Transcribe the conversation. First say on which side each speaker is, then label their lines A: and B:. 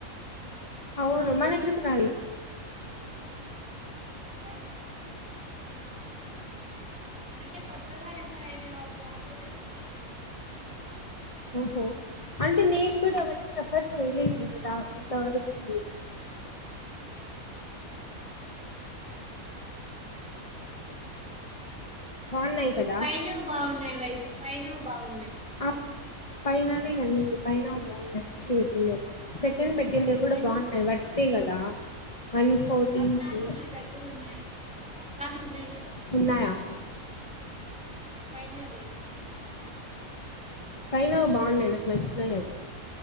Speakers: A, on the left; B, in the centre.
A: అవును మనకుకు నాయి
B: అదే కదా అంటే కొత్తగా రిఫర్ అయిన వాళ్ళకి మాత్రమే వస్తున్నాయి
A: ఓహో అంటే నేను కూడ ఎవరిని రెఫర్ చేయలేదు ఇంత దా ఇంత వరకు
B: <inaudible>
A: బాగున్నాయి కదా
B: పైైన బాగున్నా వయసు పైన బాగున్నాయి
A: ఆ పైన వే ఇవ్వండి పైనవే బాగున్నాయి సెట్ తిన్ పెట్టిందివి కూడా
B: రెండు
A: బాగున్నాయి బట్ ప్రతే కదా వన్ ఫోర్టీన్
B: అట్లాంటివి
A: కి
B: నా దగ్గర ఉన్నాయి అట్లాటివి ఉన్నాయి నా దగ
A: ఉన్నాయా అవి
B: పైన లేవు
A: పైన బాగున్నాయి నాకు నచ్చినాయి అవి